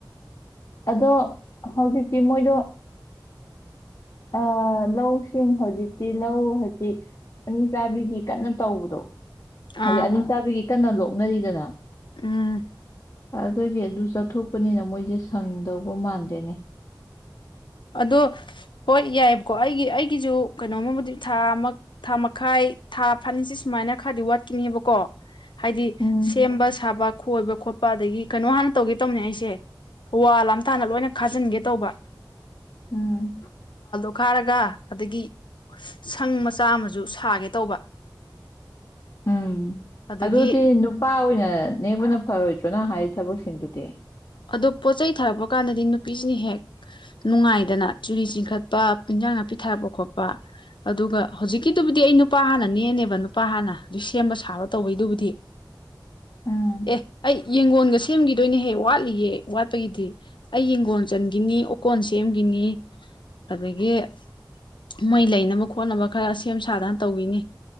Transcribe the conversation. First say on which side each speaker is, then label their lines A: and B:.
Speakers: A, on the left (about 45°); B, on the left (about 75°).
A: ꯑꯗꯣ ꯍꯧꯖꯤꯛꯇꯤ ꯃꯣꯏꯗꯣ ꯑ ꯂꯧꯁꯤꯡ ꯍꯧꯖꯤꯛꯇꯤ ꯂꯧ ꯍꯧꯖꯤꯛ ꯑꯅꯤ ꯆꯥꯕꯤꯒꯤ ꯀꯟꯅ ꯇꯧꯕꯗꯣ ꯍꯧꯖꯤꯛ
B: ꯑꯥ
A: ꯑꯅꯤ ꯆꯥꯕꯤꯒꯤ ꯀꯟꯅ ꯂꯣꯛꯅꯔꯤꯗꯅ
B: ꯎꯝ
A: ꯑꯗꯨꯒꯤ ꯑꯗꯨ ꯆꯠꯊꯣꯛꯄꯅꯤꯅ ꯃꯣꯏꯁꯦ ꯁꯪꯗꯧꯕ ꯃꯥꯟꯗꯦꯅꯦꯪ
B: ꯑꯗꯣ ꯍꯣꯏ ꯌꯥꯏ ꯀ ꯑꯩꯒꯤ ꯑꯩꯒꯤꯁꯨ ꯀꯩꯅꯣꯝꯃꯕꯨꯗꯤ ꯊꯥ ꯑꯃ ꯊꯥ ꯃꯈꯥꯏ ꯊꯥ ꯐꯅꯤꯁꯤꯦ ꯁꯨꯃꯥꯏꯅ ꯈꯔꯗꯤ ꯋꯥꯠꯈꯤꯅꯦꯕꯀꯣ ꯍꯥꯏꯗꯤ
A: ꯎꯝ
B: ꯁꯦꯝꯕ ꯁꯥꯕ ꯈꯣꯏꯕ ꯈꯣꯠꯄ ꯑꯗꯒꯤ ꯀꯩꯅꯣ ꯍꯥꯟꯅ ꯇꯧꯒꯦ ꯇꯧꯅꯤ ꯑꯩꯁꯦ ꯦ ꯋꯥꯂꯊꯅ ꯂꯣꯏꯅ ꯈꯥꯖꯤꯟꯒꯦ ꯇꯧꯕ
A: ꯎꯝ
B: ꯄꯈꯥꯏꯔꯒ ꯑꯗꯒꯤ ꯁꯪ ꯃꯆꯥ ꯑꯃꯁꯨ ꯁꯥꯒꯦ ꯇꯧꯕ
A: ꯎꯝ
B: ꯑꯗꯒꯤ
A: ꯑꯗꯨꯗꯤ ꯅꯨꯄꯥ ꯑꯣꯏꯅ ꯅꯕꯅ ꯐꯔꯣꯏ ꯅ ꯍꯥꯏ ꯊꯕꯛꯁꯤꯡꯗꯨꯗꯤ
B: ꯑꯗꯣ ꯄꯣꯠ ꯆꯩꯩ ꯊꯥꯔꯛꯄ ꯀꯥꯟꯗꯗꯤ ꯅꯨꯄꯤꯁꯤꯅ ꯍꯦꯛ ꯅꯨꯡꯉꯥꯏꯗꯅ ꯆꯨꯔꯤ ꯆꯤꯡꯈꯠꯄ ꯏꯟꯖꯥꯡ ꯅꯥꯄꯤ ꯊꯥꯔꯛꯄ ꯈꯣꯠꯄ ꯑꯗꯨꯒ ꯍꯧꯖꯤꯛꯀꯤꯗꯨꯕꯨꯗꯤ ꯑꯩ ꯅꯨꯄꯥ ꯍꯥꯟꯅꯅꯦꯅꯦꯕ ꯅꯨꯄꯥ ꯍꯥꯟꯅ ꯍꯧꯖꯤꯛ ꯁꯦꯝꯕ ꯁꯥꯕ ꯇꯧꯕꯩꯗꯨꯕꯨꯗꯤ
A: ꯎꯝ
B: ꯑꯦ ꯑꯩ ꯌꯦꯡꯒꯣꯟꯒ ꯁꯦꯝꯈꯤꯗꯣꯏꯅꯦꯍꯦ ꯋꯥꯠꯂꯤ ꯋꯥꯠꯄꯒꯤꯗꯤ ꯑꯩ ꯌꯦꯡꯒꯣꯟ ꯆ ꯆꯟꯈꯤꯅꯤ ꯎꯀꯣꯟ ꯁꯦꯝꯈꯤꯅꯤ ꯑꯗꯒꯤ ꯃꯩ ꯂꯩꯅꯕ ꯈꯣꯠꯅꯕ ꯈꯔ ꯁꯦꯝ ꯁꯥꯗꯅ ꯇꯧꯈꯤꯅꯤ